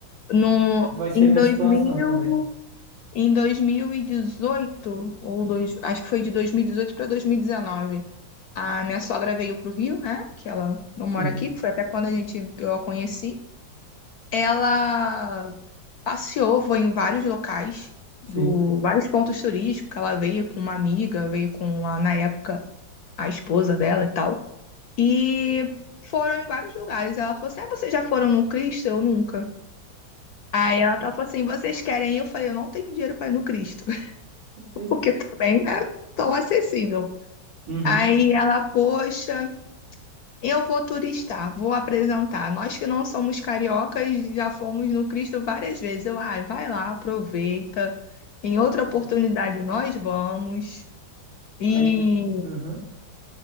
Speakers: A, on the left; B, on the right.
A: No,
B: vai ser
A: em
B: minha
A: dois
B: situação
A: mil,
B: também.
A: em 2018 ou dois, acho que foi de 2018 para 2019, a minha sogra veio pro Rio, né? Que ela não
B: Sim,
A: mora aqui, que foi até quando a gente, eu a conheci. Ela passeou, foi em vários locais, do,
B: sim.
A: vários pontos turísticos. Ela veio com uma amiga, veio com a, na época, a esposa dela e tal. E foram em vários lugares. Ela falou assim: ah, vocês já foram no Cristo? Eu nunca. Aí ela tava assim: vocês querem ir? Eu falei: eu não tenho dinheiro pra ir no Cristo, <laughs>
B: Eita.
A: porque também não é tão acessível.
B: Uhum.
A: Aí ela, poxa. Eu vou turistar, vou apresentar. Nós que não somos cariocas já fomos no Cristo várias vezes. Eu, ai, vai lá, aproveita. Em outra
B: Pois
A: oportunidade
B: é.
A: nós vamos. E
B: Aí, uhum.